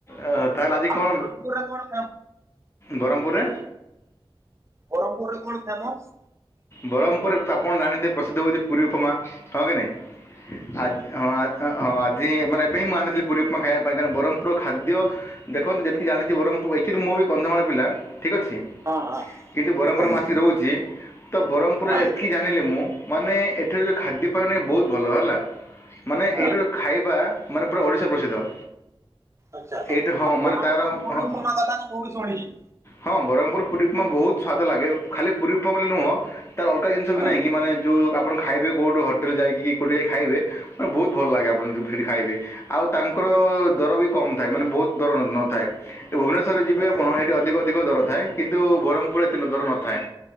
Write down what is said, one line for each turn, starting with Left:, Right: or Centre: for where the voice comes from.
Left: ଆ ତାହେଲେ ଆଜି
Right: ଆଉ
Left: କଣ
Right: ବ୍ରହ୍ମପୁରରେ କଣ ଫେମ
Left: ବ୍ରହ୍ମପୁରରେ?
Right: ବ୍ରହ୍ମପୁରରେ କଣ ଫେମସ?
Left: ବ୍ରହ୍ମପୁରରେ ତ ଆପଣ ଜାଣିଥିବେ ପ୍ରସିଦ୍ଧ ହେଉଛି ପୁରୀ ଉପମା ହଁ କି ନାହିଁ? ଆ ହଁ ଆ ହଁ ଆଜି ମାନେ ଏବେ ହି ମୁଁ ଆଣିଥିଲି ପୁରୀ ଉପପମା ଖାଇବା ପାଇଁ କା ବରହମପୁର୍ ର ଖାଦ୍ୟ ଦେଖନ୍ତୁ ଯେତିକି ଜାଣିଛି ବରହମପୁର ଆକଚୁଆଲି ମୁଁ ବି କନ୍ଧମାଳ ପିଲା ଠିକ ଅଛି।
Right: ହଁ ହଁ
Left: କିନ୍ତୁ ବରହମପୁର
Right: ଆଜ୍ଞା
Left: ମୁଁ ଆସିକି ରହୁଛି। ତ ବରହମପୁର
Right: ହଁ।
Left: ଏତିକି ଜାଣିଲି ମୁଁ ମାନେ ଏଚୁଲ ଯେଉଁ ଖାଦ୍ୟପାୟ ନାହି ବହୁତ ଭଲ ହେଲା। ମାନେ
Right: ହଁ
Left: ଏଇଟା ଯୋଉ ଖାଇବା ମାନେ ପୁରା ଓଡ଼ିଶା ପ୍ରସିଦ୍ଧ।
Right: ଆଛା
Left: ଏଇଠି ହଁ
Right: ଆଉ
Left: ମାନେ
Right: ବରମପୁର
Left: ତା'ର
Right: ପୁରି
Left: ହଁ
Right: ଉପମା କଥା ତ ମୁଁ ବି ଶୁଣିଲି।
Left: ହଁ ବରହମପୁର ପୁରି ଉପମା ବହୁତସ୍ୱାଦ ଲାଗେ ଖାଲି ପୁରୀପମା ପଲ୍ଲୀ ନୁହଁ ତାର ଅଲଗା ଜିନିଷ
Right: ହଁ
Left: ବି ନାହିଁ କି ମାନେ ଯୋଉ ଆପଣ ଖାଇବେ କୋଉଠୁ ହୋଟେଲ ଯାଇକି କୋଉଠି ଯାଇ ଖାଇବେ ହ ବହୁତ ଭଲ ଲାଗେ ଆପଣ ଯୋଉ ଫିଡି ଖାଇବେ ଆଉ ତାଙ୍କର ଦର ବି କମ୍ ଥାଏ ମାନେ ବହୁତ ଦର ର ନ ଥାଏ। ଭୁବନେଶ୍ୱରରେ ଯିବେ
Right: ଆଚ୍ଛା
Left: ଆପଣ ସେଇଠି ଅଧିକ ଅଧିକ ଦର ଥାଏ। କିନ୍ତୁ ବରହମପୁରରେ ଏତେ ଦର ନଥାଏ।